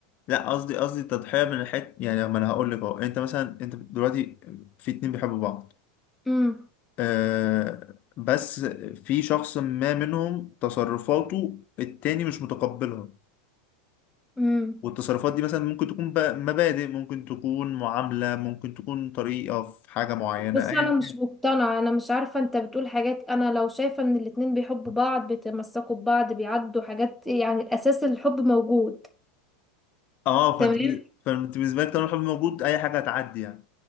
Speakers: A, on the left; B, in the centre.
A: لأ قصدي قصدي تضحية من الحت يعني ما انا هقول لك اهو انت مثلا انت دلوقتي في اتنين بيحبوا بعض
B: امم
A: آه بس في شخص ما منهم تصرفاته التاني مش متقبلها
B: امم
A: والتصرفات دي مثلا ممكن تكون ب- مبادئ ممكن تكون معاملة ممكن تكون طريقة في حاجة معينة
B: بص
A: أيا
B: أنا
A: كان.
B: مش مقتنعة أنا مش عارفة أنت بتقول حاجات أنا لو شايفة إن الاتنين بيحبوا بعض بيتمسكوا ببعض بيعدوا حاجات يعني الأساس الحب موجود
A: اه فانت
B: تمام
A: فانت بالنسبة لك طالما الحب موجود أي حاجة هتعدي يعني